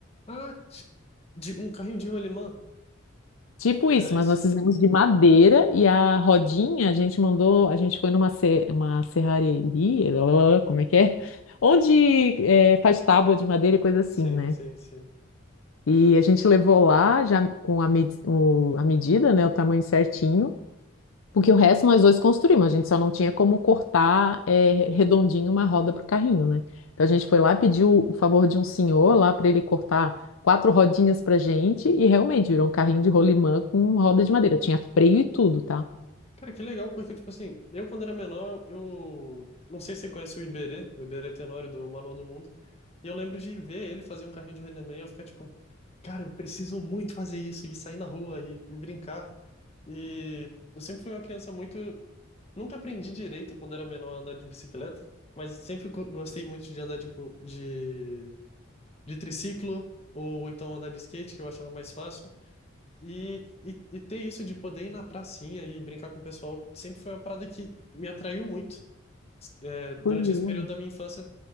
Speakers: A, on the left; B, on the left.
A: Ah, ti- de, um carrinho de rolimã,
B: Tipo
A: era
B: isso, mas
A: isso?
B: nós fizemos de madeira e a rodinha a gente mandou. A gente foi numa se- uma serraria ali, como é que é? Onde é, faz tábua de madeira e coisa assim,
A: Sim,
B: né?
A: sim, sim.
B: E a gente levou lá já com a, med- o- a medida, né? O tamanho certinho. Porque o resto nós dois construímos, a gente só não tinha como cortar eh, redondinho uma roda para o carrinho,
A: Uhum,
B: né? Então a gente foi lá, pediu o favor de um senhor lá para ele cortar quatro rodinhas para gente e realmente virou um carrinho de rolimã com roda de madeira. Tinha freio e tudo, tá?
A: uhum. Cara, que legal, porque, tipo assim, eu quando era menor, eu, eu não sei se você conhece o Iberê, o Iberê Tenório do Manual do Mundo, e eu lembro de ver ele fazer um carrinho de He-Man e eu ficar tipo, cara, eu preciso muito fazer isso, e sair na rua e, e brincar. E eu sempre fui uma criança muito. Nunca aprendi direito quando era menor a andar de bicicleta, mas sempre go- gostei muito de andar de, de, de triciclo, ou então andar de skate, que eu achava mais fácil. E, e, e ter isso de poder ir na pracinha e brincar com o pessoal sempre foi uma parada que me atraiu muito. É, durante
B: Foi mesmo.
A: esse período da minha infância,